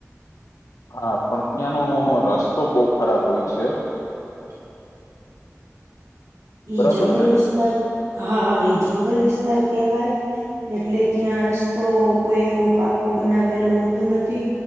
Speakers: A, on the left (about 80°); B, on the right (about 85°).
A: હા પણ ત્યાંનો રસ્તો બહ ખરાબ હોય છે.
B: <inaudible> <unintelligible> એ
A: બરાબર
B: જંગલ
A: ને
B: વિસ્તાર હા હા એ જંગલ વિસ્તાર કેહેવાય એટલે ત્યાં રસ્તો કોઈ એવો પાકો બનાવેલો હોતો નથી